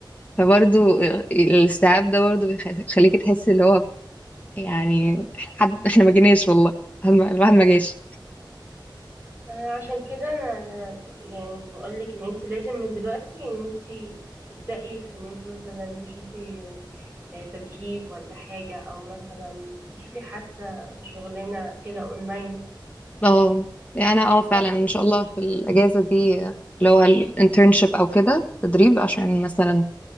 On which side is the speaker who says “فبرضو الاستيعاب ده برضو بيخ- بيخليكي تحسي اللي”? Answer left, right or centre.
Left